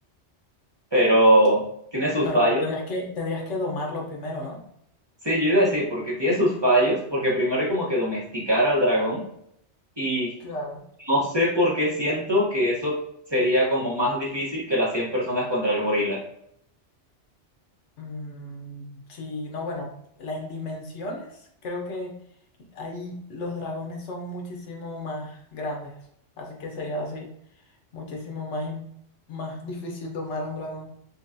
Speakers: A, on the right; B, on the left.
A: Pero tiene sus
B: Pero
A: fallos.
B: tendrías que, tendrías que domarlo primero, ¿no?
A: Sí, yo iba a decir, porque tiene sus fallos, porque primero hay como que domesticar al dragón y
B: Claro.
A: no sé por qué siento que eso sería como más difícil que las 100 personas contra el gorila.
B: Mm, sí, no, bueno, la en dimensiones, creo que ahí los dragones son muchísimo más grandes. Así que sería así. Muchísimo más, im- más difícil domar a un dragón.